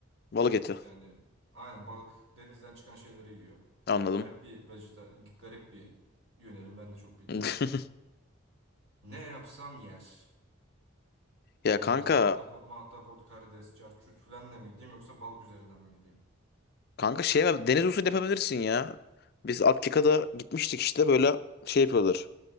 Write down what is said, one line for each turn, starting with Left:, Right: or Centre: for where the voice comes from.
Left: Balık eti.
Right: Yani aynen balık denizden çıkan şeyleri yiyor.
Left: Anladım.
Right: Garip bir vejeta, garip bir yönelim ben de çok bilmiyorum.
Left: <laughs>
Right: Ne yapsam yer.
Left: Ya
Right: Yani
Left: kanka
Right: böyle ahtapot, mahtapot, karides, carçurt falanla mı gideyim yoksa balık üzerinden mi gideyim?
Left: kanka şey yap- deniz usulü yapabilirsin ya. Biz Akika'da gitmiştik işte böyle şey yapıyorlar.